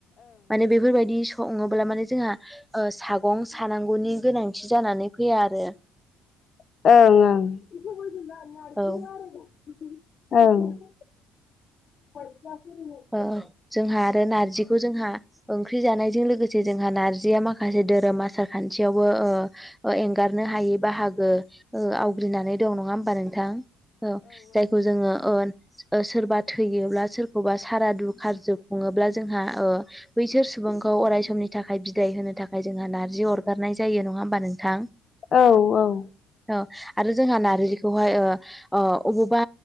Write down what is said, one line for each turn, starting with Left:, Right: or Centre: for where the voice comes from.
Centre: माने बेफोरबायदि सङोब्ला माने जोंहा ओ सागं सानांगौनि गोनांथि जानानै फैया आरो।
Left: ओं ओं
Centre: औ
Left: ओं <unintelligible>
Centre: ओ जोंहा आरो नारजिखौ जोंहा ओंख्रि जानायजों लोगोसे जोंहा नारजिया माखासे धोरोम आसार खान्थियावबो ओ ओ एंगारनो हायै बाहागो। ओ ओ आवग्रिनानै दं नङा होमबा नोंथां औ जायखौ जोङो ओ सोरबा थैयोब्ला सोरखौबा सारादु कारजों खुङोब्ला जोंहा बैसोर सुबुंखौ अराय समनि थाखाय बिदाय होनो थाखाय जोंहा नार्जि अरगारनाय जायो नङा होमबा नोंथां
Left: औ औ
Centre: औ आरो जोंहा नारजिखौहाय अबावबा